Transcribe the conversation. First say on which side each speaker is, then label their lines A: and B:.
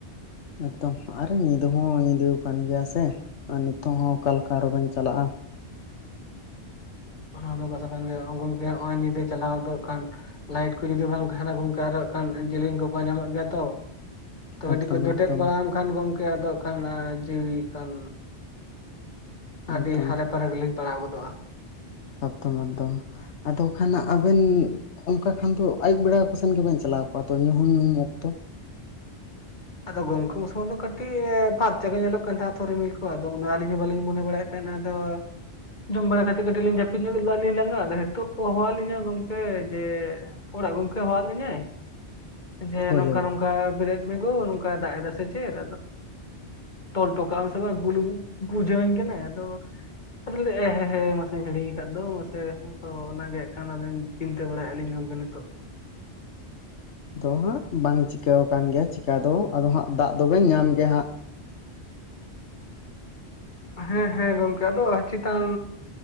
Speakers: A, on the left; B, on the left.
A: ᱮᱠᱫᱚᱢ ᱟᱨ ᱧᱤᱫᱟᱹ ᱦᱚᱸ ᱧᱤᱫᱟᱹ ᱟᱠᱟᱱ ᱜᱮᱭᱟ ᱥᱮ ᱟᱨ ᱱᱤᱛᱚᱜ ᱦᱚᱸ ᱚᱠᱟ ᱞᱮᱠᱟ ᱨᱮᱵᱮᱱ ᱪᱟᱞᱟᱜᱼᱟ᱾
B: ᱚᱱᱟ ᱫᱚ ᱠᱟᱛᱷᱟ ᱠᱟᱱ ᱜᱮᱭᱟ ᱜᱚᱢᱠᱮ ᱱᱚᱜᱼᱚᱭ ᱧᱤᱫᱟᱹ ᱪᱟᱞᱟᱣ ᱫᱚᱜ ᱠᱷᱟᱱ ᱞᱟᱭᱤᱴ ᱠᱚ ᱡᱩᱫᱤ ᱵᱟᱝ ᱛᱟᱦᱮᱱᱟ ᱜᱚᱝᱠᱮ ᱟᱨᱚ ᱦᱟᱜ ᱠᱷᱟᱱ ᱡᱮᱞᱮᱧ ᱠᱚᱠᱚ ᱧᱟᱢᱚᱜ ᱜᱮᱭᱟ ᱛᱚ᱾ ᱛᱚ ᱠᱟᱴᱤᱡ
A: ᱮᱠᱫᱚᱢ
B: ᱠᱚ ᱡᱚᱴᱮᱫ
A: ᱮᱠᱫᱚᱢ
B: ᱵᱟᱲᱟᱢ ᱠᱷᱟᱱ ᱜᱚᱢᱠᱮ ᱟᱫᱚ ᱠᱷᱟᱱ ᱡᱤᱣᱤ ᱠᱷᱟᱱ ᱟᱹᱰᱤ
A: ᱮᱠᱫᱚᱢ
B: ᱦᱟᱨᱮ ᱯᱷᱟᱨᱮ ᱜᱮᱞᱤᱧ ᱯᱟᱲᱟᱣ ᱜᱚᱫᱚᱜᱼᱟ᱾
A: ᱮᱠᱫᱚᱢ ᱮᱠᱫᱚᱢ ᱟᱫᱚ ᱠᱷᱟᱱ ᱟᱵᱮᱱ ᱚᱱᱠᱟ ᱠᱷᱟᱱ ᱫᱚ ᱟᱹᱭᱩᱵ ᱵᱮᱲᱟ ᱠᱚ ᱥᱮᱱ ᱜᱮ ᱵᱤᱱ ᱪᱟᱞᱟᱣ ᱠᱚᱜ ᱟ ᱛᱚ ᱧᱩᱦᱩᱢᱼᱧᱩᱦᱩᱢ ᱚᱠᱛᱚ᱾
B: ᱟᱫᱚ ᱜᱚᱝᱠᱮ ᱩᱱᱥᱩᱢᱟᱹᱭ ᱫᱚ ᱠᱟᱹᱴᱤᱡ ᱯᱷᱟᱨᱪᱟ ᱜᱮ ᱧᱮᱞᱚᱜ ᱠᱟᱱ ᱛᱟᱦᱮᱸᱱᱟᱛᱚ ᱨᱤᱢᱤᱞ ᱠᱚ ᱟᱫᱚ ᱟᱹᱞᱤᱧ ᱦᱚᱸ ᱵᱟᱞᱤᱧ ᱢᱚᱱᱮ ᱵᱟᱲᱟᱭᱮᱫ ᱛᱟᱦᱮᱸ ᱟᱫᱚ ᱡᱚᱢ ᱵᱟᱲᱟ ᱠᱟᱛᱮᱫ ᱠᱟᱹᱴᱤ ᱞᱤᱧ ᱡᱟᱹᱯᱤᱫ ᱧᱚᱜ ᱞᱮᱫᱟᱤᱧ ᱞᱟᱸᱜᱟ ᱟᱫᱚ ᱱᱤᱛᱚᱜ ᱦᱚᱣᱟᱞᱤᱧᱟ ᱜᱚᱢᱠᱮ ᱡᱮ ᱚᱲᱟᱜ ᱜᱚᱝᱠᱮ ᱦᱚᱣᱟᱜ ᱞᱤᱧᱟᱹᱭ ᱡᱮ
A: ᱦᱳᱭ
B: ᱱᱚᱝᱠᱟ
A: ᱦᱳᱭ
B: ᱱᱚᱝᱠᱟ ᱵᱮᱨ ᱜᱚ ᱱᱚᱝᱠᱟᱭ ᱫᱟᱜ ᱫᱟᱭ ᱥᱮ ᱪᱮᱫ? ᱛᱚᱞ ᱦᱚᱴᱚᱠᱟᱜ ᱥᱮ ᱵᱟᱝ ᱟᱹᱜ ᱵᱩᱡᱷᱟᱹᱣᱟᱹᱧ ᱠᱟᱱᱟ ᱟᱫᱚ, ᱟᱫᱚ ᱞᱟᱹᱭᱮᱜ ᱟ ᱦᱮ ᱦᱮᱸ ᱢᱟᱥᱮᱧ ᱡᱤᱲᱤᱧ ᱟᱠᱟᱫ ᱫᱚ ᱢᱟᱥᱮ ᱚᱱᱟ ᱜᱮ ᱦᱟᱸᱜ ᱠᱷᱟᱱ ᱪᱤᱱᱛᱟᱹ ᱵᱟᱲᱟᱭᱮᱫ ᱞᱤᱧ ᱜᱚᱢᱠᱮ ᱱᱤᱛᱚᱜ
A: ᱟᱫᱚ ᱦᱟᱸᱜ ᱵᱟᱝ ᱪᱤᱠᱟᱹᱣ ᱟᱠᱟᱱ ᱜᱮᱭᱟ ᱪᱤᱠᱟᱹ ᱫᱚ ᱟᱫᱚ ᱦᱟᱸᱜ ᱫᱟᱜ ᱫᱚᱵᱮᱱ ᱧᱟᱢ ᱜᱮᱭᱟ ᱦᱟᱸᱜ
B: ᱦᱮᱸ ᱦᱮᱸ ᱜᱚᱝᱠᱮ ᱟᱫᱚ ᱪᱮᱛᱟᱱ